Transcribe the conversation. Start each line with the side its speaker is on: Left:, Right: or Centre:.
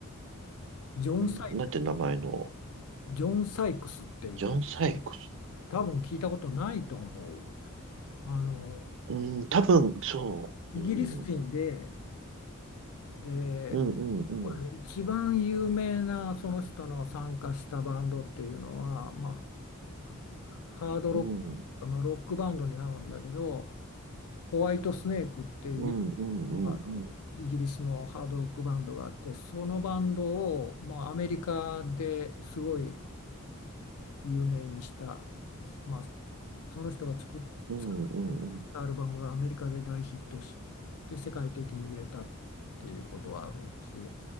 Left: ジョン・
Right: うんなんて名前の、
Left: サジョン・サイクスっていうんだけど、
Right: ジョン・サイクス。
Left: 多分聞いたことないと思う。あの、
Right: うん、多分、そう、
Left: イギリス人で、
Right: うん、
Left: で、
Right: うん、うん、うん、
Left: そうだね一番有名なその人の参加したバンドっていうのは、まあ、ハードロックとか、
Right: うん、
Left: まあ、ロックバンドになるんだけど、ホワイトスネークっていう
Right: うん、うん、うん、
Left: あのイギリスのハードロックバンドがあって、
Right: うん、
Left: そのバンドを、まあ、アメリカですごい有名にした、まあ、その人が作っ、
Right: うん、
Left: 作って作ったアルバムがアメリカで大ヒットして世界的に売れたっていうことはあるし
Right: うん、